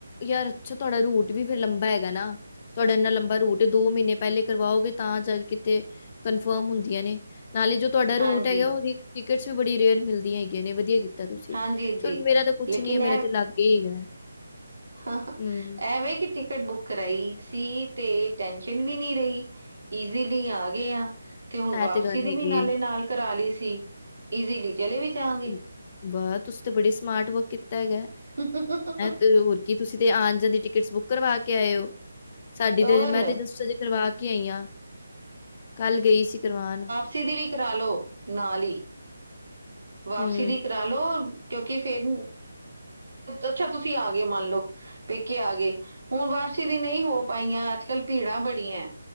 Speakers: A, on the left; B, on the right.
A: ਯਾਰ ਅੱਛਾ ਤੁਆਡਾ ਰੂਟ ਵੀ ਫਿਰ ਲੰਬਾ ਹੈਗਾ ਨਾ। ਤੁਆਡਾ ਐਨਾ ਲੰਬਾ ਰੂਟ ਦੋ ਮੀਨੇ ਪੈਲੇ ਕਰਵਾਓਗੇ ਤਾਂ ਜਾ ਕੇ ਕਿਤੇ ਕਨਫਰਮ ਹੁੰਦੀਆਂ ਨੇ ਨਾਲੇ ਜੋ ਤੁਆਡਾ ਰੂਟ
B: ਹਾਂਜੀ
A: ਹੈਗਾ ਓਦੀ ਟਿਕਟਸ ਵੀ ਬੜੀ ਰੇਅਰ ਮਿਲਦੀਆਂ ਹੈਗੀਆਂ ਨੇ ਵਦੀਆ ਕੀਤਾ ਤੁਸੀਂ
B: ਹਾਂਜੀ
A: ਚਲੋ
B: ਜੀ
A: ਮੇਰਾ ਤਾਂ ਕੁੱਛ
B: ਲੇਕਿਨ
A: ਨੀ ਐ ਮੇਰਾ ਤੇ ਲਾਗੇ ਈ ਹੈਗਾ।
B: ਹਾਂ
A: ਹੂੰ
B: ਐਵੇਂ ਕੀ ਟਿਕਟ ਬੁੱਕ ਕਰਾਈ ਸੀ ਤੇ ਟੈਸ਼ਨ ਵੀ ਨਈ ਰਈ। ਈਜ਼ੀਲੀ ਆ ਗਏ ਆਂ ਤੇ ਹੁਨ
A: ਇਹ
B: ਵਾਪਸੀ
A: ਗੱਲ
B: ਦੀ
A: ਹੈਗੀ
B: ਵੀ ਨਾਲੇ
A: ਹੈ
B: ਨਾਲ ਕਰਾ ਲੀ ਸੀ, ਈਜ਼ੀਲੀ ਚਲੇ ਵੀ ਜਾਵਾਂਗੇ।
A: ਹਮ, ਵਾਹ ਤੁਸੀਂ ਤੇ ਬੜੀ ਸਮਾਟ ਵਰਕ ਕੀਤਾ ਹੈਗੈ।
B: <inaudible>
A: ਤੇ ਹੋਰ ਕੀ ਤੁਸੀਂ ਤੇ ਆਨ ਜਾਨ ਦੀ ਟਿਕਟਸ ਬੁੱਕ ਕਰਵਾ ਕੇ ਆਏ ਓਂ, ਸਾਡੀ
B: ਔਰ
A: ਤੇ ਹਜੇ ਮੈਂ ਤੇ ਜਸਟ ਹਜੇ ਕਰਵਾ ਕੇ ਆਈਆਂ, ਕੱਲ ਗਈ ਸੀ ਕਰਵਾਨ।
B: ਵਾਪਸੀ ਦੀ ਵੀ ਕਰਾ ਲਓ ਨਾਲ ਹੀ। ਵਾਪਸੀ
A: ਹੂੰ
B: ਦੀ ਕਰਾਲੋ, ਕਿਉਂਕਿ ਫਿਰ, ਅੱਛਾ ਤੁਸੀਂ ਆਗੇ ਮੰਨ ਲਓ। ਪੇਕੇ ਆ ਗਏ। ਹੁਣ ਵਾਪਸੀ ਦੀ ਨਹੀਂ ਹੋ ਪਾਈਆਂ ਅੱਜ ਕੱਲ ਭੀੜਾਂ ਬੜੀਆਂ ਹੈ।